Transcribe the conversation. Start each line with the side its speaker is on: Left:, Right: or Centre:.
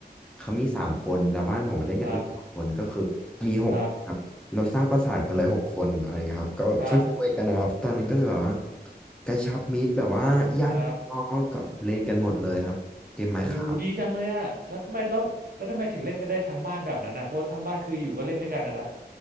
Centre: เขามีสามคนแล้วบ้านผมเล่นกันอีกสามคนก็คือมีหกครับเราสร้างปราสาทกันเลยหกคนอะไรเงี้ยครับก็แบบช่วยๆกันนะครับตอนนั้นก็เลยแบบว่า
Right: ครับครับครับ
Centre: กระชับมิตรแบบว่าญาติพี่น้องก็เล่นกันหมดเลยครับเกมไม้ขา
Right: ครับโอ้โหดีจังเลยอะแล้วทำไมแล้วแล้วทำไมถึงเล่นกันได้ทั้งบ้านแบบนั้นอะเพราะว่าทั้งบ้านคืออยู่ก็เล่นด้วยกันนะนะ